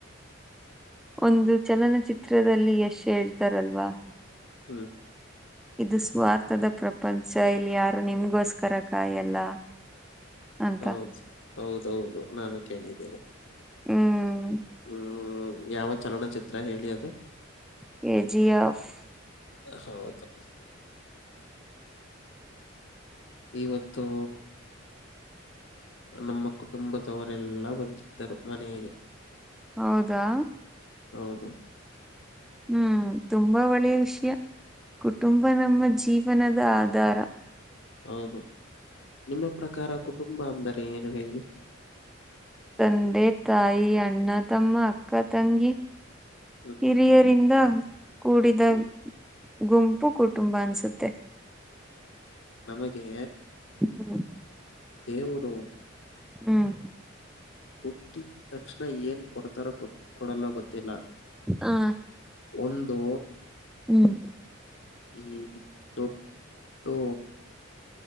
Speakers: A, in the centre; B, on the left.
A: ಒಂದು ಚಲನಚಿತ್ರದಲ್ಲಿ ಯಶ್ ಹೇಳ್ತಾರಲ್ವಾ.
B: ಹೂ
A: ಇದು ಸ್ವಾರ್ಥದ ಪ್ರಪಂಚ ಇಲ್ಲಿ ಯಾರು ನಿನಗೋಸ್ಕರ ಕಾಯಲ್ಲ ಅಂತ
B: ಹೌದು ಹೌದೌದು ನಾನು ಕೇಳಿದೀನಿ.
A: ಹ್ಮ್
B: ಹೂ ಯಾವ ಚಲನಚಿತ್ರ ಹೇಳಿ ಅದು.
A: ಕೆ. ಜಿ. ಯಫ್
B: ಹೌದು ಇವತ್ತು ನಮ್ಮ ಕುಟುಂಬದವರೆಲ್ಲಾ ಬಂದಿದ್ದರು ಮನೆಗೆ.
A: ಹೌದಾ
B: ಹೌದು
A: ಹ್ಮ್ ತುಂಬಾ ಒಳ್ಳೆಯ ವಿಷಯ ಕುಟುಂಬ ನಮ್ಮ ಜೀವನದ ಆಧಾರ.
B: ಹೌದು ನಿಮ್ಮ ಪ್ರಕಾರ ಕುಟುಂಬ ಅಂದರೆ ಏನು ಹೇಳಿ.
A: ತಂದೆ ತಾಯಿ ಅಣ್ಣ ತಮ್ಮ ಅಕ್ಕ ತಂಗಿ
B: ಹ್ಮ್
A: ಹಿರಿಯರಿಂದ ಕೂಡಿದ
B: ಹ್ಮ್
A: ಗುಂಪು ಕುಟುಂಬ ಅನ್ಸುತ್ತೆ.
B: ನಮಗೇ
A: ಹೂ
B: ದೇವರು
A: ಹ್ಮ್
B: ಹುಟ್ಟಿದ ತಕ್ಷಣ ಏನ್ ಕೊಡ್ತಾರ ಕೊ ಕೊಡಲ್ಲ ಗೊತ್ತಿಲ್ಲ.
A: ಹಾ
B: ಒಂದು
A: ಹ್ಮ್
B: ಈ ದೊಟ್ಟು